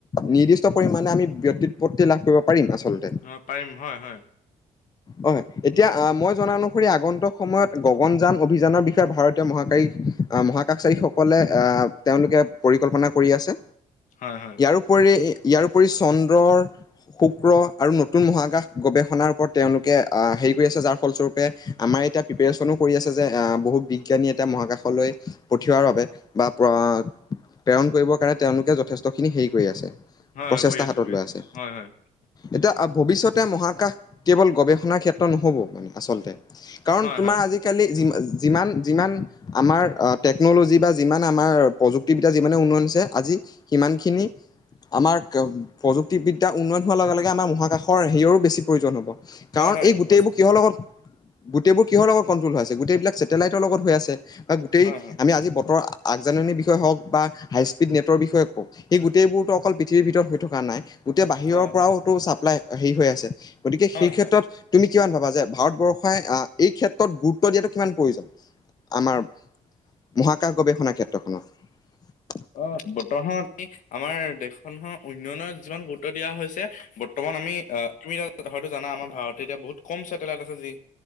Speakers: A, on the left; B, on the left.
A: নিৰ্দিষ্ট পৰিমাণে আমি ত লাভ কৰিব পাৰিম আচলতে
B: অ পাৰিম হয় হয়
A: হয়। এতিয়া আহ মই জনা অনুসৰি আগন্তুক সময়ত গ পন যান অভিযানৰ বিষয়ে ভাৰতীয় মহাকাৰী মহাকাশচাৰীসকলে- আহ তেওঁলোকে পৰিকল্পনা কৰি আছে।
B: হয়, হয়।
A: ইয়াৰোপৰি- পৰি চন্দ্ৰৰ শুক্ৰ আৰু নতুন মহাকাশ গৱেষণাৰ ওপৰত তেওঁলোকে আহ হেই কৰি আছে যাৰ ফলস্বৰূপে আমাৰ এতিয়া প্ৰিপেচনো কৰি আছে যে অ বহুত বিজ্ঞানী এতিয়া মহাকাশলৈ পথিয়াৰ বাবে বা প্ৰেৰণ কৰিব কাৰণে তেওঁলোকে য খ হেৰি কৰি আছে
B: হয়,
A: প্ৰচেষ্টা
B: হয় কৰি আছোঁ,
A: হাতত
B: কৰি
A: লৈ
B: আছোঁ।
A: আছে
B: হয়, হয়।
A: এতিয়া ভৱিষ্যত তাতে মহাকাশ কেৱল গৱেষণা ক্ষেত্ৰ নহ'ব মানে আচলতে কাৰণ
B: হয়,
A: তোমাৰ
B: হয়।
A: আজিকালি যিমান- যিমান, যিমান আমাৰ টেকন'লজি বা যিমান আমাৰ প্ৰযুক্তিবিদ্যা যিমানে উন্নয়ন হৈছে আজি সিমানখিনি আমাৰ প্ৰযুক্তিবিদ্যা উন্নয়ন হোৱাৰ লগে লগে আমাৰ মহাকাশৰ হেয়ৰো বেছি প্ৰয়োজন হ'ব কাৰণ
B: হয়, হয়।
A: এই গোটেইবোৰ
B: হৈছে।
A: কিহৰ লগত গোটেইবোৰ কিহৰ লগত কণ্ট্ৰল হৈ আছে গোটেইবিলাক ছেটেলাইটৰ লগত হৈ আছে বা গোটেই
B: হয়, হয়।
A: আমি আজি বতৰ আগজাননীৰ বিষয়ে হওক বা হাই স্পীড নেটৰ বিষয়ে হওক সেই গোটেইবোৰতো অকল পৃথিৱীৰ ভিতৰত হৈ থকা নাই গোটেই বাহিৰৰ
B: হয়, হয়।
A: পৰাওতো ছাপ্লাই হেৰি হৈ আছে। গতিকে
B: হয়,
A: সেই ক্ষেত্ৰত
B: হয়।
A: তুমি কিমান ভাবা যে ভাৰতবৰ্ষ ই আহ এই ক্ষেত্ৰত গুৰুত্ব দিয়াটো কিমান প্ৰয়োজন আমাৰ মহাকাশ গৱেষণা ক্ষেত্ৰখনত?
B: অ বৰ্তমান সময়ত আমাৰ দেশখননৰ উন্নয়ন‌ত যিমান গুৰুত্ব দিয়া হৈছে বৰ্তমান আমি তুমি- হয়তো জানা আমাৰ ভাৰতে এতিয়া বহুত কম ছেটেলাইট আছে যি